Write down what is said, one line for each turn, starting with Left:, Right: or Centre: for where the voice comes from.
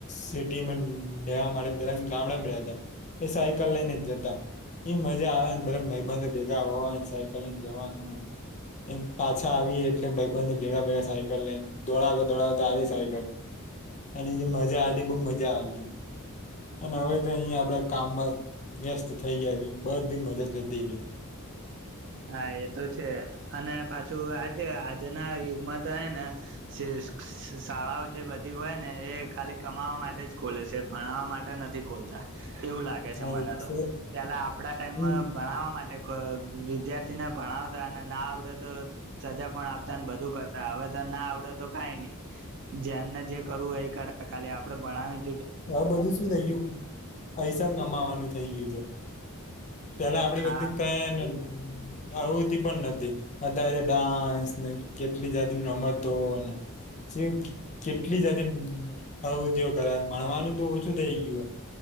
Left: સિટીમાં લેવા માટે પેલા ગામડામાં રયા તા એ સાયકલ લઈને જ જતા એમ મજા આવેને બધ ભાઈબંધે ભેગા હોય ન સાયકલ લઈને જવાનું પાછા આવીએ એટલે ભઈબંધે ભેગા ભેગા સાયકલ લઈને દોડાવતા દોડાવતા આવીએ સાયકલ અને જે મજા આતી બોઉ મજા આવતી અને અવે તો અઈયા આપડે કામમાં વ્યસ્ત થઇ ગયા છે બધી મજા જતી રઈ.
Right: હા એ તો છે. અને પાછું આજે આજના યુગમાં તો હેં ને શ શાળાઓ જે બધી હોય ને એ ખાલી કમાવા માટે જ ખોલે છે ભણાવા માટે નથી ખોલતા એવું લાગે છે
Left: હા
Right: મને
Left: એ
Right: તો
Left: જ ને.
Right: પેલા આપડા ટાઈમમાં
Left: હમ
Right: ભણાવવા માટે ખ અ દ્યાર્થીને ભણાવતા અને ના આવડે તો સજા પણ આપતા ને બધું કરતા અવે તો ના આવડે તો કાંઈ નઈ જેમને જે કરવું એ કરે ખાલી આપડે ભણાવીને
Left: આવ બધું શું થઇ ગયું પૈસા કમાવાનું થઇ ગયું છે. પેલા આપડી
Right: હા
Left: વખતે કે નલ હમ્મ, આવુતિ પણ નથી. અત્યારે ડાન્સને કેટલી જાતિ રમતો ચે કેટલી જાતિ આવુતિઓ કરા આમ મળવાનું તો ઓછું થઈ ગયું હોય.